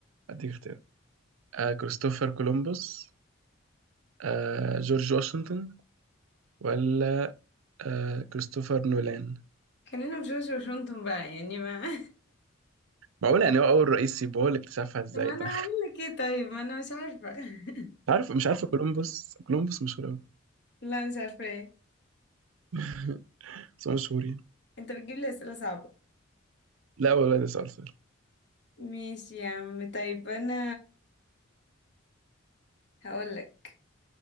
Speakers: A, on the right (about 80°); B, on the left (about 60°).
A: اديك اختيارات آه كريستوفر كولومبوس آه جورج واشنطن ولا آه كريستوفر نولان
B: خلينا في جورج واشنطن بقى يعني ما
A: معقول يعني هو اول رئيس يبقى هو اللي اكتشفها
B: <laughs>
A: ازاي
B: طب ما
A: طيب
B: انا هعمل لك ايه طيب ما انا مش عارفه <laughs>
A: <laughs> عارف مش عارف كولومبوس كولومبوس مشهور قوي
B: لا مش عارفه ايه
A: <laughs> بس هو مشهور يعني
B: انت بتجيب لي اسئله صعبه
A: لا والله ده سؤال سهل
B: ماشي يا عم طيب انا هقول لك